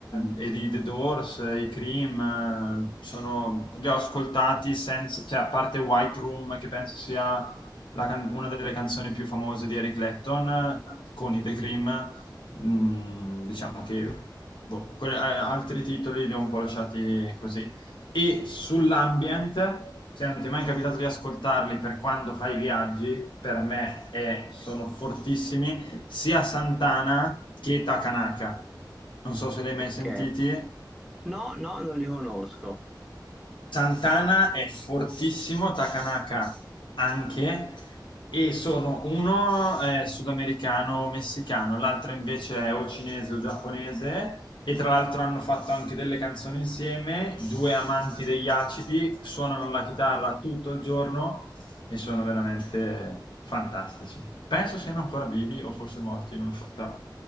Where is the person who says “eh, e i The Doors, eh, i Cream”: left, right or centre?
Left